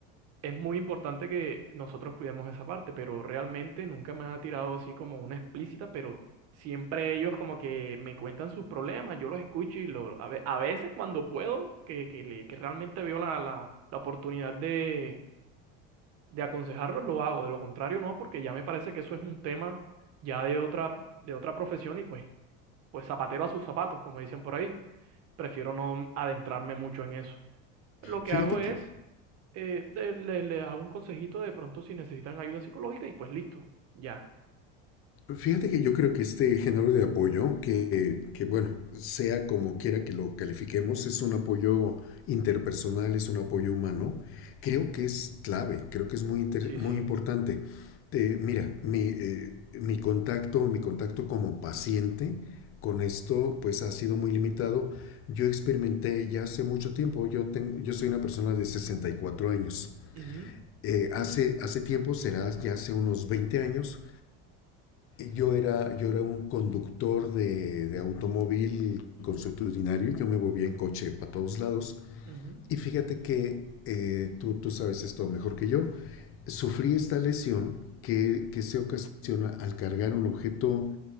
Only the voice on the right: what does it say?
es muy importante que nosotros cuidemos esa parte, pero realmente nunca me ha tirado así como una explícita, pero siempre ellos como que me cuentan sus problemas, yo los escucho y lo, a, ve- a veces cuando puedo, que, que, le- que realmente veo la, la, la oportunidad de, de aconsejarlos, lo hago, de lo contrario no, porque ya me parece que eso es un tema ya de otra, de otra profesión y pues, pues zapatero a sus zapatos, como dicen por ahí, prefiero no adentrarme mucho en eso. Lo que
hago es
eh, de- le, le da un consejito de pronto si necesitan ayuda psicológica y pues listo, ya.
Sí,
sí.
Ujú,
ujú.